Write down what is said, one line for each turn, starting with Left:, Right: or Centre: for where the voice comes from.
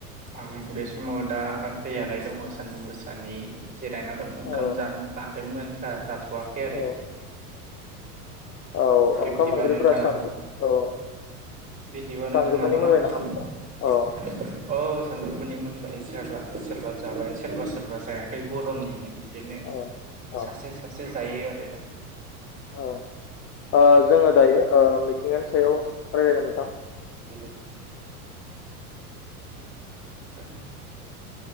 Right: आं बे समाव दा फ्रियालाय दङ सान्दुं गोसानि जिरायना दं ओंखाम
Left: औ
Right: जानो लादोंमोन दा जाथ'वाखै
Left: औ
Right: आरो
Left: औ
Right: बिब्दिबा
Left: ओंखाम ओंख्रिफोरा
Right: नोंथाङा
Left: सानजु औ
Right: बिब्दिबा
Left: सानजौफुनि
Right: नोंथाङा
Left: मोनबाय
Right: मा
Left: नामा
Right: खालाम
Left: नोंथां? औ
Right: औ सानजु दुनि मोनबाय सोरबा सोरबा जाबाय सोरबा सोरबा जायाखै गरमनिनो। बिदिनो
Left: औ औ
Right: सासे सासे जायो आरो ।
Left: औ ओ जोङो दायो ओ मिथिंगानि सायाव फरायगोन नोंथां।
Right: बिलो उम।